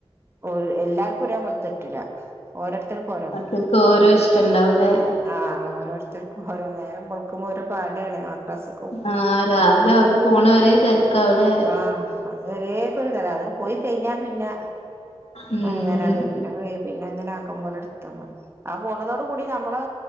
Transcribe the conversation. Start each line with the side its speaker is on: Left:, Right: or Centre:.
Right: ഓൽ എല്ലാർക്കും ഒരേ പോൽതറ്റൂല. ഓരോരുത്തർക്ക് ഓരോന്ന്
Left: മക്കൾക്ക് ഓരോ ഇഷ്ടണ്ടാവൂലേ
Right: ആഹ് ഓരോരുത്തർ ഹോരോ നേരം വെളുക്ക്ബോ ഓരോ പടേണ് മദ്രസ്
Left: ആഹ് രാവിലെ അവര് പോണ വരെ തെരക്കാവുലെ?
Right: ആഹ് അത് വരേക്കൊരു തര അതട് പോയി കഴിഞ്ഞാ പിന്നെ
Left: ഉം
Right: അങ്ങനെണ്ട് ൻ്റ ഫ്രൈ പിന്നെങ്ങനെ ആക്കംപോലെ ഇടുത്താമതി. ആഹ് പോണതോടു കൂടി നമ്മള്